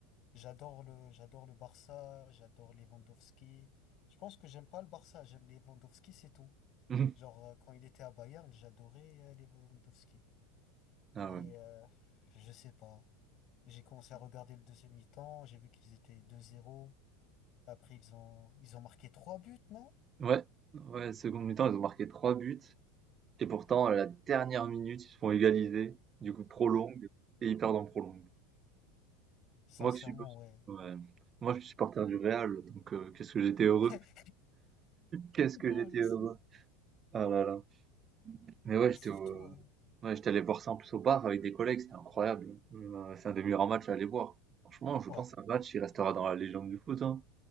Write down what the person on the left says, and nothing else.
j'adore le, j'adore le Barça, j'adore Lewandowski. Je pense que j'aime pas le Barça, j'aime Lewandowski, c'est tout.
Genre, euh, quand il était à Bayern, j'adorais euh, Lewandowski.
Et
euh, je sais pas. J'ai commencé à regarder le deuxième mi-temps, j'ai vu qu'ils étaient deux zéro. Après, ils ont, ils ont marqué trois buts, non?
Ouais,
sincèrement,
ouais.
<laughs>
Ouais,
je sais.
Et
surtout,
euh,
Ouais,